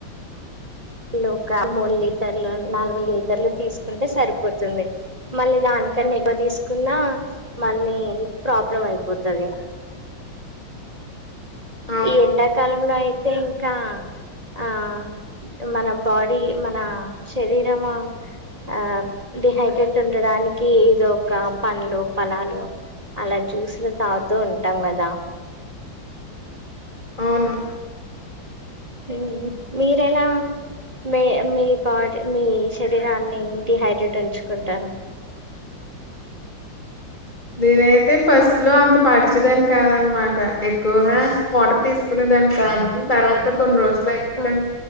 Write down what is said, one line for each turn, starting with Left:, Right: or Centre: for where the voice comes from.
Right: ఈ లోక ఒక మూడు లీటర్లు నాలుగు లీటర్లు తీసుకుంటే సరిపోతుంది మళ్ళీ దానికన్నా ఎక్కువ తీసుకున్నా మళ్ళీ ప్రాబ్లం అయిపోతాది
Left: అవును
Right: ఈ ఎండాకాలంలో అయితే ఇంకా ఆ మన బాడీ మన శరీరము ఆ డిహైడ్రేట్ ఉండడానికి ఇదో ఒక పండ్లు ప లాలు అలా జూసులు తాగుతూ ఉంటాం కదా
Left: అవును
Right: లేదు మీరెలా మీ మీ బాడీ మీ శరీరాన్ని డిహైడ్రేట్ ఉంచుకుంటార
Left: దేనైతే ఫస్ట్ లో అంత పాటించేదాన్ని కాదన్నమాట ఎక్కువగా వాటర్ తీసుకునేదానిని కాదు తర్వాత కొన్ని రోజులు అయినక
Right: ఆ